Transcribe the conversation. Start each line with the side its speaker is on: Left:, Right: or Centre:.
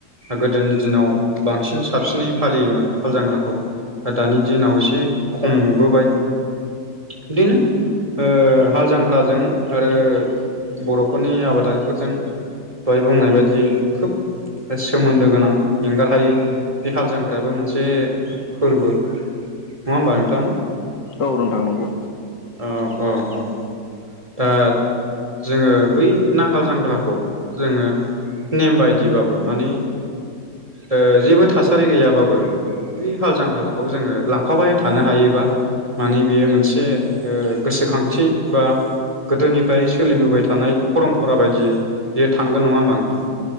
Right: गोदोनि दिनाव बांसिन साबसिनै फालियोमोन हाल जांग्राखौ दानि दिनाव एसे खम नुबोबाय। बिदिनो ओ हाल जांख्राजों आरो बर'फोरनि आबादारिफोरजों दहाय बुंनाय बायदि खोब सोमोन्दो गोनां एंगार हायै बे हाल जांख्रायाबो मोनसे फोरबो नङा होमबा नोंथां?
Left: औ नोंथां नंगौ।
Right: औ औ औ। दा जोङो बै नांगोल जांग्राखौ जोङो नेम बायदिबाबो माने ओ जेबो थासारि गैयाबाबो <unintelligible> हाल जांगग्राफोरखौ जोङो लांफाबाय थानो हायोबा माने बियो मोनसे ओ गोसो खांथि बा गोदोनिफ्राय सोलिबोबाय थानाय फरमपरा बायदियै बियो थांगोन नङा होमबा नोंथां?